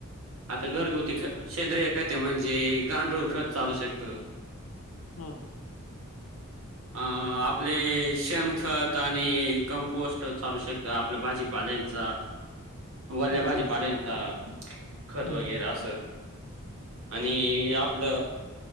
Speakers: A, on the right (about 75°); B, on the left (about 80°).
A: आता घरगुती ख सेंद्रय खते म्हणजे जे गांडूळ खत चालू शकतं.
B: हम्म
A: अ आपले शेणखत आणि कमपोस्ट चालू शकतं आपलं भाजीपाले ल्यांचा वल्या
B: हं,
A: भाजीपालांचा
B: हं.
A: खत
B: हं.
A: वगैरे असं आणि आपलं